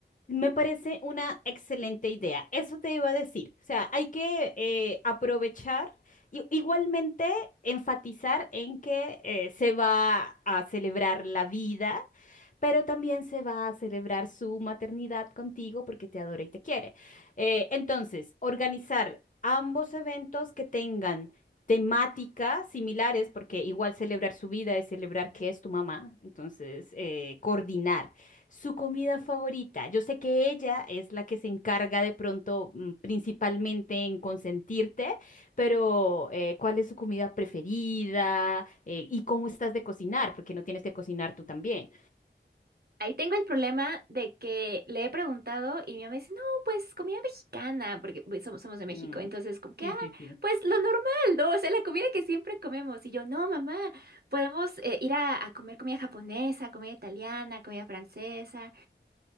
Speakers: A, on the left; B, on the right.
A: Me parece una excelente idea. Eso te iba a decir. O sea, hay que eh, aprovechar y igualmente enfatizar en que eh, se va a celebrar la vida, pero también se va a celebrar su maternidad contigo porque te adora y te quiere. Eh, entonces, organizar ambos eventos que tengan temáticas similares, porque igual celebrar su vida es celebrar que es tu mamá. Entonces, eh, coordinar. Su comida favorita. Yo sé que ella es la que se encarga de pronto mm, principalmente en consentirte, pero eh, ¿cuál es su comida preferida? Eh, ¿y cómo estás de cocinar? Porque no tienes que cocinar tú también.
B: Ahí tengo el problema de que le he preguntado y mi mamá dice, no, pues comida mexicana, porque pues, somos, somos de México,
A: Mm,
B: entonces como que,
A: Sí,
B: ah,
A: sí, sí.
B: pues lo normal, ¿no? O sea, la comida que siempre comemos. Y yo, no, mamá, podemos eh, ir a, a comer comida japonesa, comida italiana, comida francesa.